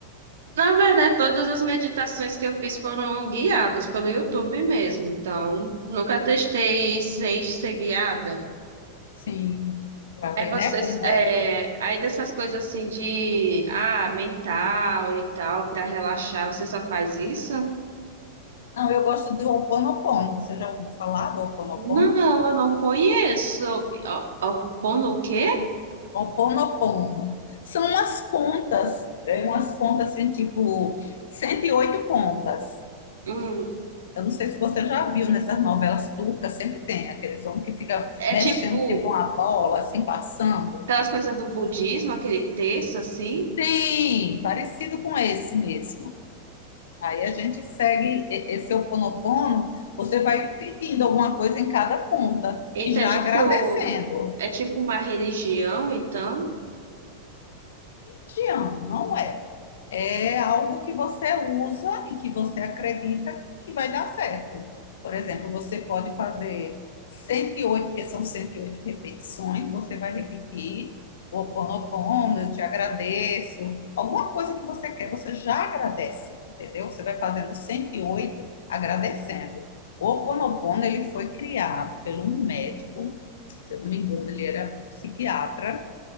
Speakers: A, on the right; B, on the left.
A: Na verdade, todas as meditações que eu fiz foram guiadas pelo YouTube mesmo, então nunca testei sem ser guiada.
B: Sim, para
A: Aí
B: ver,
A: vocês,
B: né, como
A: é,
B: é.
A: aí dessas coisas assim de, ah, mental e tal, para relaxar, você só faz isso?
B: Não, eu gosto de Ho'oponopono. Você já ouviu falar do Ho'oponopono?
A: Não, eu não conheço. Ó, O, Opono o quê?
B: Ho'oponopono. São umas contas, é umas contas assim, tipo 108 contas.
A: Hum.
B: Eu não sei se você já viu nessas novelas turcas, sempre tem aqueles homens que ficam
A: É
B: mexendo
A: tipo,
B: tipo uma bola, assim, passando.
A: aquelas coisas do budismo, aquele texto, assim.
B: Sim, parecido com esse mesmo. Aí a gente segue e- esse Ho'oponopono, você vai pedindo alguma coisa em cada ponta
A: Então,
B: e já
A: é tipo,
B: agradecendo.
A: é tipo uma religião, então.
B: Religião, não é? é algo que você usa e que você acredita que vai dar certo. Por exemplo, você pode fazer 108, porque são 108 repetições, você vai repetir o Ho'oponopono, eu te agradeço. Alguma coisa que você quer, você já agradece, entendeu? Você vai fazendo 108 agradecendo. O Ho'oponopono, ele foi criado por um médico, se eu não me engano, ele era um psiquiatra,